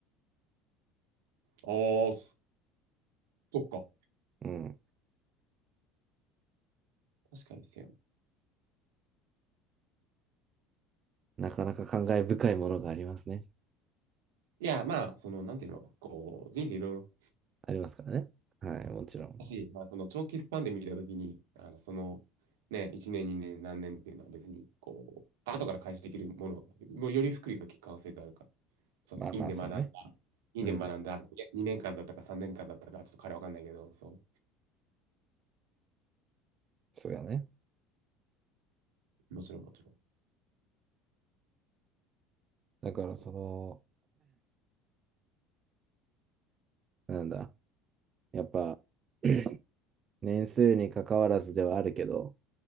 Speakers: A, on the right; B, on the right.
A: ああ、そっか。
B: うん。
A: 確かにですよ。
B: なかなか感慨深いものがありますね。
A: いや、まあ、その、なんていうの、こう、人生いろいろ
B: ありますからね。はい、もちろん。
A: だし、まあ、その長期スパンで見たときに、あのその、ね、1年、2年、何年っていうのは別に、こう、後から開始できるもの、もうより福利が効く可能性があるから、その、
B: まあまあ、
A: 院で学んだ、
B: そうね。
A: 院で学んだ、
B: うん。
A: 2年間だったか3年間だったか、ちょっと彼わかんないけど、そ
B: そうやね。
A: う、もちろん、もちろん。
B: だから、
A: そ
B: その、なんだ、やっぱ、<clears throat> 年数に関わらずではあるけど、